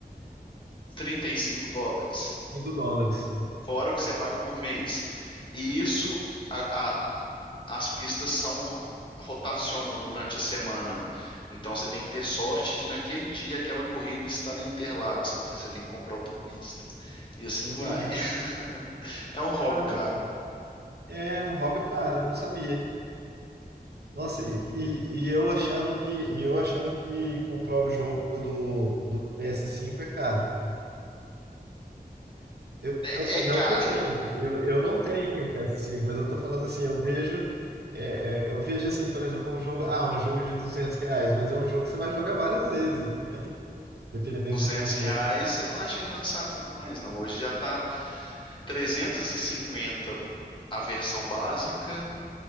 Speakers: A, on the left; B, on the right.
A: trinta e cinco dólares.
B: Cinco dólares.
A: fora o que você paga por mês. E isso, a- a- as pistas são ro- rotacionam durante a semana. Então você tem que ter sorte de naquele dia aquela corrida estar em Interlagos, senão você tem que comprar outra pista. E assim
B: Entendi.
A: vai. <laughs> É um hobby,
B: Caramba,
A: cara.
B: é um hobby caro, eu não sabia. Nossa, e, e eu achando que e eu achando que comprar o jogo do, do PS5 é caro. Eu,
A: É,
B: não, que,
A: é caro.
B: não que eu tenha, eu, eu não tenho PS5, mas eu tô falando assim, eu vejo, é, é, eu vejo assim, por exemplo, um jogo, ah, um jogo de 200 reais, mas é um jogo que você vai jogar várias vezes, né? Dependendo
A: 200
B: de como for.
A: reais você não acha em lançamento mais, não. Hoje já tá 350 a versão básica,